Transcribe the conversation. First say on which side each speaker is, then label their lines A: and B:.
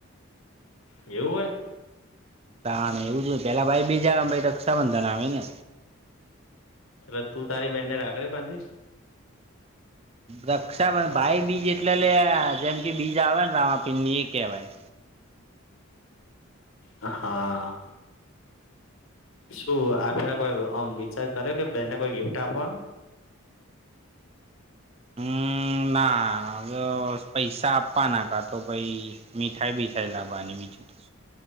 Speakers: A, on the left; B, on the right.
A: એવું હોય
B: ત એવું જો પેલા ભાઈ બીજ પછ રક્ષાબંધન આવે ને
A: એટલે તું તારી બેન ને રાખડી બાંધીશ
B: રક્ષાબંધ ભાઈ બીજ એટલે જેમ કે બીજ આવે ને રામાપીર ની એ કેહેવાય
A: હા શું આપેલા કોઈ આમ વિચાર કર્યો કે બેનને કોઈ ગિફ્ટ આપવાનું
B: હમ્મ ના હવે પૈસા આપવા ના કા તો પાઈ મીઠાઈ બી થૈલાબાની વિધધ